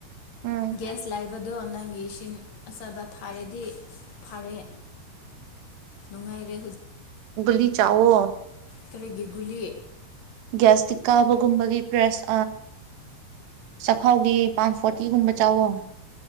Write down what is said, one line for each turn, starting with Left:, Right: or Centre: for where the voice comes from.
Right: ꯎꯝ
Left: ꯦꯁ ꯂꯥꯏ ꯍꯥꯏꯕꯗꯣ ꯅꯪꯒꯤ ꯏꯁꯤꯡ ꯑꯆꯥꯕ ꯊꯥꯔꯗꯤ ꯐꯔꯦ ꯅꯨꯡꯉꯥꯏꯔꯦ
Right: ꯂꯤ ꯆꯥꯋꯣ
Left: ꯇꯔꯒꯒꯨꯂꯤ
Right: ꯒ꯭ꯌꯥꯁꯇꯤꯛ ꯀꯥꯕꯒꯨꯝꯕꯒꯤ ꯄ꯭ꯔꯦꯁ ꯑ ꯍꯥꯎꯒꯤ ꯄꯥꯟ ꯐꯣꯔꯇꯤꯒꯨꯝꯕ ꯆꯥꯎꯋꯣ